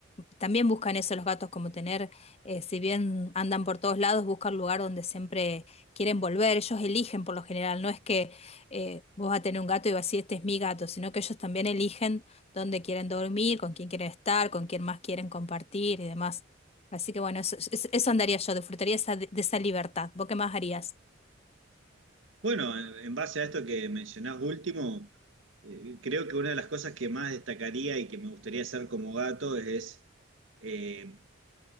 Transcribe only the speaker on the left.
también buscan eso los gatos, como tener, eh, si bien andan por todos lados, buscan lugar donde siempre quieren volver. Ellos eligen por lo general, no es que eh, vos vas a tener un gato y vas a decir, este es mi gato, sino que ellos también eligen dónde quieren dormir, con quién quieren estar, con quién más quieren compartir y demás. Así que bueno, eso, eso- eso andaría yo, disfrutaría esa- de esa libertad. ¿Vos qué más harías?